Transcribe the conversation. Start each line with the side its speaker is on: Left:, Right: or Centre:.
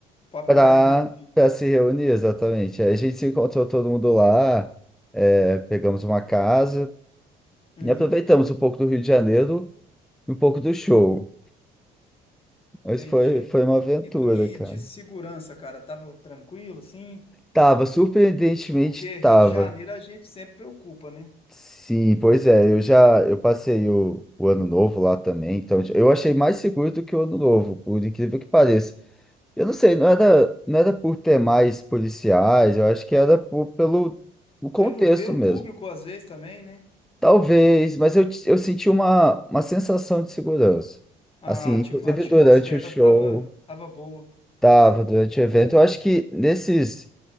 Left: pra
Centre: para
Left: poder reunir.
Centre: para se reunir, exatamente. Aí A gente se encontrou todo mundo lá, é, pegamos uma casa
Left: Hum,
Centre: e aproveitamos um pouco do Rio de Janeiro e um pouco do show. Mas
Left: entendi.
Centre: foi, foi uma aventura,
Left: E, do- e
Centre: cara.
Left: de segurança, cara, tava tranquilo, sim?
Centre: Tava, surpreendentemente
Left: Porque Rio
Centre: tava.
Left: de Janeiro a gente sempre preocupa, né?
Centre: Sim, pois é, eu já eu passei o, o ano novo lá também, então eu achei mais seguro do que o ano novo, por incrível que pareça. Eu não sei, não era,
Left: Pô,
Centre: não era por ter mais policiais, eu acho que era por, pelo o contexto
Left: Pelo, pelo
Centre: mesmo.
Left: público, às vezes, também, né?
Centre: Talvez, mas eu, eu senti uma, uma sensação de segurança.
Left: A,
Centre: Assim,
Left: atim-
Centre: inclusive
Left: a atmosfera
Centre: durante o show,
Left: tava, tava boa.
Centre: tava, durante o evento. Eu acho que nesses,